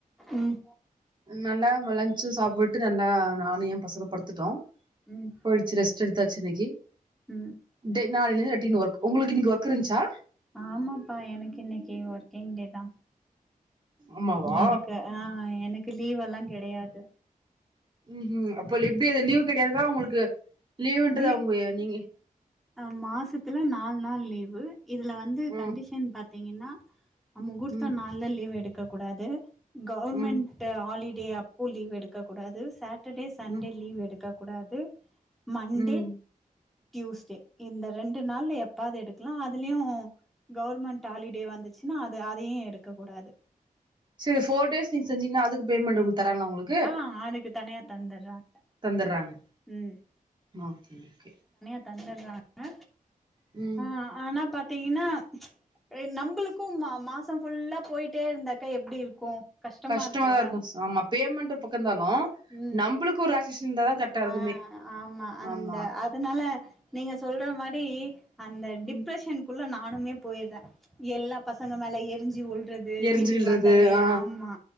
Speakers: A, in the centre; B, on the right.
A: ம்
B: நல்லா லன்ச் சாப்புட்டு நல்லா நானு ஏ பசங்களு படுத்துட்டோ
A: ம்
B: போயிடுச்சு ரெஸ்ட் எடுத்தாச்சு இன்னைக்கி
A: ம்
B: டெ நாளைலிருந்து ரெட்டின் ஒர்க் உங்களுக்கு இன்னக்கி ஒர்க் இருந்ச்சா
A: ஆமாப்பா எனக்கு இன்னைக்கி ஒர்க்கிங் டே தா
B: ஆமாவா
A: எனக்கு ஆ எனக்கு லீவெல்லா கெடையாது
B: ம்ஹூம் அப்போ எப்டி அது லீவ் கிடையாதுனா உங்களுக்கு லீவுன்றது
A: வீ
B: அவங்க நீங்க
A: அ மாசத்துல நாலு நாள் லீவு இதுல வந்து
B: ம்
A: கண்டிஷன் பாத்தீங்கனா முகூர்த்த
B: ம்
A: நாள்ல லீவ் எடுக்க கூடாது கவர்மெண்
B: ம்
A: ட்டு ஹாலிடே அப்போ லீவ் எடுக்க கூடாது, சாட்டர்டே சன்டே
B: ம்
A: லீவ் எடுக்க கூடாது, மண்டே
B: ம்
A: தியூஸ்டே இந்த ரெண்டு நாள்ல எப்பாது எடுக்கலா அதுலயு கவர்மெண்ட் ஹாலிடே வந்துச்சுனா அது அதையு எடுக்கக்கூடாது
B: சேரி ஃபோர் டேஸ் நீங்க செஞ்சிங்னா அதுக்கு பேமண்ட் உங்களுக்கு தராங்ளா உங்களுக்
A: ஆ அதுக்கு தனியா தந்துட்றாங்க,
B: தந்துடுறாங்க
A: ம்
B: ஓகே ஓகே
A: தந்துட்றாங்க
B: ம்
A: அ ஆனா பாத்தீங்கனா எ நம்பளுக்கு மா மாசம் ஃபுல்லா போயிட்டே இருந்தாக்கா எப்டி இருக்கு கஷ்டமா
B: கஷ்டமாதா
A: இருக்காதா
B: இருக்கு ஆமா பேமெண்ட் பக்கந்தாலு
A: ம்
B: க்கு ஒரு ரிலாக்சேஷன் இருந்தாதா கரெக்டா இருக்குமே
A: ஆ ஆமா அந்த
B: ஆமா
A: அதனால நீங்க சொல்ற மாரி அந்த டிப்ரெஷனுக்குள்ள
B: ம்
A: நானுமே போயிட்ற எல்லா பசங்க மேல எரிஞ்சு விழ்றது
B: எரிஞ்சு
A: வீட்டுக்கு
B: விழுறது
A: வந்தாலே
B: ஆ
A: ஆமா